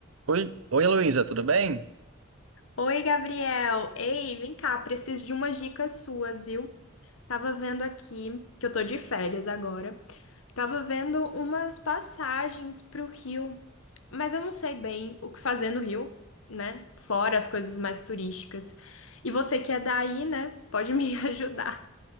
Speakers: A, on the right; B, on the left.
A: Oi, oi Luísa, tudo bem?
B: Oi, Gabriel. Ei, vem cá, preciso de umas dicas suas, viu? Tava vendo aqui, que eu tô de férias agora. Tava vendo umas passagens pro Rio, mas eu não sei bem o que fazer no Rio, né? Fora as coisas mais turísticas. E você que é daí, né? Pode me <laughs> ajudar.